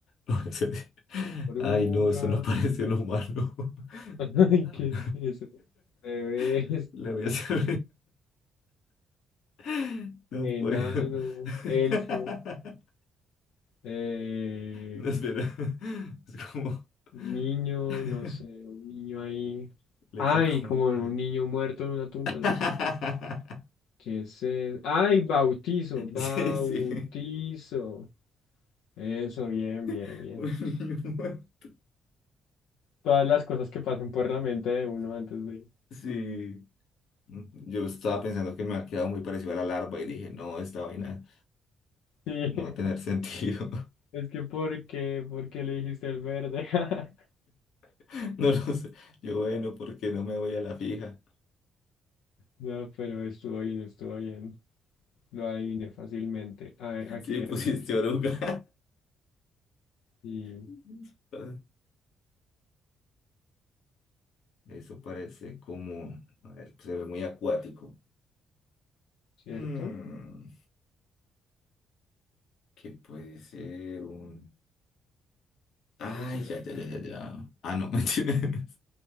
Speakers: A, on the left (about 70°); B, on the left (about 80°).
A: No, eso-
B: Oruga,
A: Ay, no, eso no <laughs> parece un humano. <laughs>
B: <laughs> ay,
A: Ah,
B: ¿qué
A: bueno.
B: es eso? Bebés,
A: <laughs> Le voy a hacer. <laughs> No
B: enano,
A: puedo.
B: elfo.
A: <laughs>
B: eh,
A: No, espera. Es como.
B: niño,
A: <laughs>
B: no sé, un niño ahí.
A: Le
B: Ay,
A: echan como.
B: como un niño muerto en una tumba,
A: <laughs>
B: no sé. ¿Qué es eso? Ay, bautizo, bautizo.
A: Sí, sí.
B: Eso, bien, bien,
A: <laughs>
B: bien.
A: Un niño muerto.
B: Todas las cosas que pasan por la mente de uno antes de...
A: Sí. Yo estaba pensando que me ha quedado muy parecido a la larva y dije, no, esta vaina
B: Sí,
A: no
B: <laughs>
A: va a tener sentido.
B: es que ¿por qué? ¿Por qué le dijiste el verde? <laughs>
A: <laughs> No lo sé. Yo, bueno, ¿por qué no me voy a la fija?
B: No, pero estuvo bien, estuvo bien. Lo adiviné fácilmente. Ah, aquí
A: <laughs> Sí,
B: era,
A: pusiste
B: aquí.
A: oruga.
B: Sí,
A: <laughs> Eso parece como, a ver, se ve muy acuático.
B: ¿cierto?
A: Hmm, ¿qué puede ser un... Ay,
B: ¿Qué será?
A: ya, ya, ya, ya, ya. Ah, no, <laughs> mentiras.